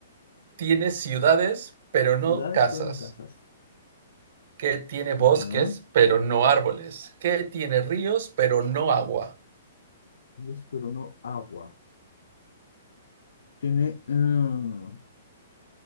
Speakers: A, on the right; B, on the left.
A: tiene ciudades pero
B: ciudades,
A: no casas?
B: pero no casas.
A: que tiene bosques,
B: Ajá.
A: pero no árboles, que tiene ríos, pero no agua.
B: Ríos, pero no agua. Tiene, ah,